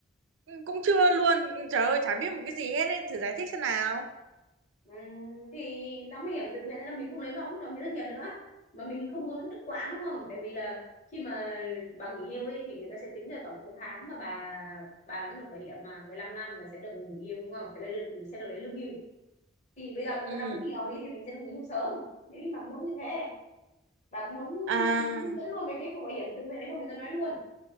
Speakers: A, on the right; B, on the left.
A: Ừ, cũng chưa luôn Ừ, trời ơi chả biết một cái gì hết ấy thử giải thích xem nào
B: Ừ, thì đóng bảo hiểm tự nguyện là mình không lấy bảo hiểm đồng nghiệp thất nghiệp nữa mà mình không muốn đứt quãng đúng không tại vì là khi mà bà nghỉ hưu ấy thì người ta sẽ tính ra tổng số tháng mà bà bà đã nộp bảo hiểm mà 15 năm là sẽ được nghỉ hưu đúng không sẽ lấy được sẽ được lấy lương hưu thì bây giờ mình
A: ừ
B: có đóng nhiều đi thì mình sẽ được nghỉ hưu sớm nếu như bà muốn như thế bà có muốn
A: à
B: hướng dẫn luôn về cái vụ bảo hiểm tự nguyện này không thì tôi nói luôn